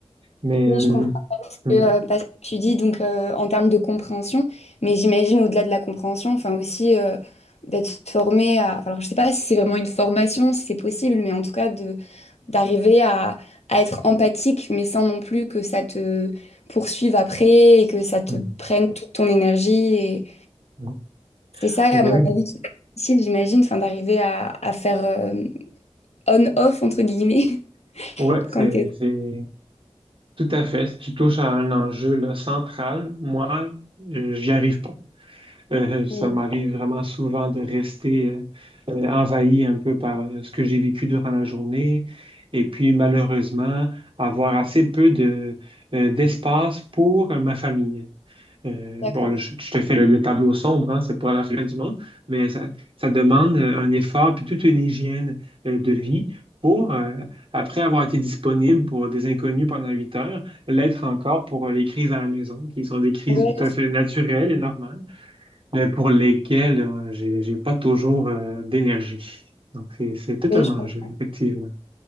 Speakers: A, on the right; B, on the left.
A: Mais...
B: Oui,
A: euh,
B: je comprends.
A: hum,
B: que, euh, parce que tu dis donc euh, en termes de compréhension, mais j'imagine au-delà de la compréhension, enfin aussi euh, d'être formé à. enfin, Alors je sais pas si c'est vraiment une formation, si c'est possible, mais en tout cas de d'arriver à, à être empathique, mais sans non plus que ça te poursuive après et que ça te
A: hum,
B: prenne toute ton énergie. Et
A: hum.
B: c'est ça,
A: Oui,
B: à mon
A: ouais,
B: avis, qui est difficile, j'imagine, enfin d'arriver à, à faire euh, on-off entre guillemets <laughs>
A: Ouais, c'est,
B: quand t'es.
A: c'est, Tout à fait. Si tu touches à un enjeu là, central, moi, euh, j'y arrive pas. Euh, ça
B: Ouais.
A: m'arrive vraiment souvent de rester euh, euh, envahi un peu par euh, ce que j'ai vécu durant la journée et puis malheureusement avoir assez peu de, euh, d'espace pour euh, ma famille. Euh,
B: D'accord.
A: bon, là, je, je te fais le, le tableau sombre, hein, c'est pas la fin du monde, mais ça, ça demande euh, un effort puis toute une hygiène euh, de vie pour, euh, après avoir été disponible pour des inconnus pendant huit heures, l'être encore pour euh, les crises à la maison, qui sont des crises
B: Ouais,
A: tout à fait naturelles et normales, mais pour lesquelles euh, j'ai, j'ai pas toujours euh, d'énergie. Donc, c'est, c'est tout
B: je-
A: un enjeu, effectivement.